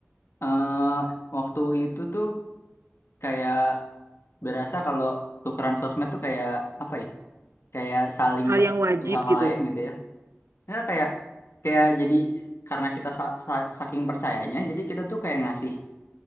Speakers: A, on the left; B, on the right.
A: eh waktu itu tuh kayak berasa kalau tukeran sosmed tuh kayak apa ya, kayak saling
B: Hal
A: per
B: yang wajib
A: satu sama
B: gitu.
A: lain gitu ya. Ya kayak kayak jadi karena kita sa- sa- saking percayanya, jadi kita tuh kayak ngasih